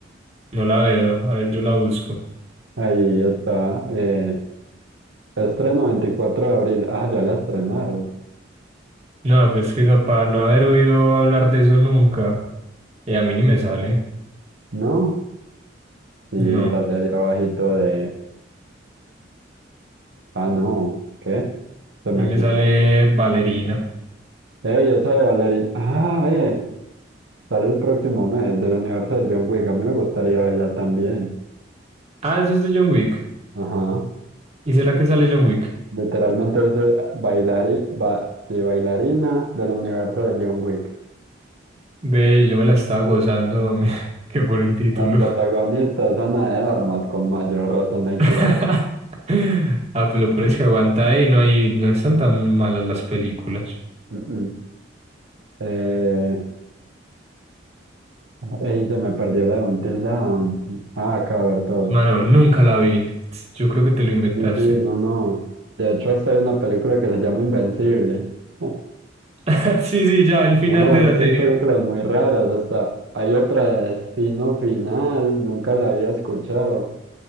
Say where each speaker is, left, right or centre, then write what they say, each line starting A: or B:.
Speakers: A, on the right (about 35°); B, on the right (about 70°).
A: no la veo. A ver, yo la busco.
B: Ahí está. Eh, estreno 24 de abril. Ah, ya la estrenaron.
A: No, pues que eso, para no haber oído hablar de eso nunca. Eh, a mí ni me sale.
B: ¿No? Y
A: No,
B: sale
A: a
B: ahí abajito de... Ah, no. ¿Qué? Se me
A: mí me
B: quitó.
A: sale Ballerina.
B: Ey, esa de Valerie. Ah, ve. Sale el próximo mes del universo de John Wick. A mí me gustaría verla también.
A: Ah, eso es de John Wick.
B: Ajá.
A: ¿Y será que sale John Wick?
B: Literalmente dice bailari... ba- sí, bailarina del universo de John Wick.
A: Ve, yo me la estaba gozando, me- <laughs> que por el título.
B: La protagonista es Ana de Armas, con mayor razón hay
A: <laughs>
B: que ir a ver.
A: Ah, pues lo peor es que aguanta y no hay, no están tan malas las películas.
B: Mm, mm. Eh, ey, se me perdió la de Until Dawn. Ah, acá ver todo.
A: Mano, nunca la vi. Yo creo que te lo inventaste.
B: Sí, sí, no, no. De hecho, hasta hay una película que se llama Invencible. <laughs>
A: <laughs> Sí, sí, ya, el final
B: No,
A: de
B: es
A: la serie.
B: que hay películas muy raras. Hasta hay otra de Destino Final, nunca la había escuchado.